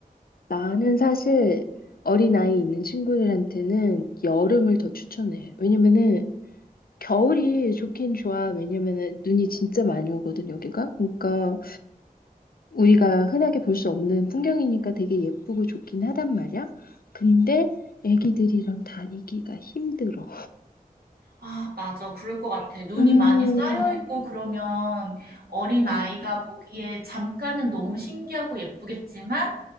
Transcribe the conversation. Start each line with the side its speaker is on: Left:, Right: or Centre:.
Left: 나는 사실 어린아이 있는 친구들한테는 여름을 더 추천해. 왜냐면은 겨울이 좋긴 좋아. 왜냐면은 눈이 진짜 많이 오거든, 여기가. 그러니까 우리가 흔하게 볼 수 없는 풍경이니까 되게 예쁘고 좋긴 하단 말이야. 근데 애기들이랑 다니기가 힘들어.
Right: 아, 맞아. 그럴 것 같아. 눈이
Left: 음,
Right: 많이 쌓여 있고 그러면 어린
Left: 어.
Right: 아이가 보기에 잠깐은 너무 신기하고 예쁘겠지만